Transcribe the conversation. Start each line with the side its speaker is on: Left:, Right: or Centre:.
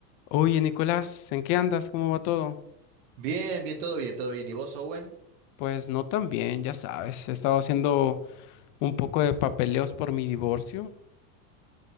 Left: Oye, Nicolás, ¿en qué andas? ¿Cómo va todo?
Right: Bien, bien, todo bien, todo bien. ¿Y vos, Owen?
Left: Pues no tan bien, ya sabes. He estado haciendo un poco de papeleos por mi divorcio.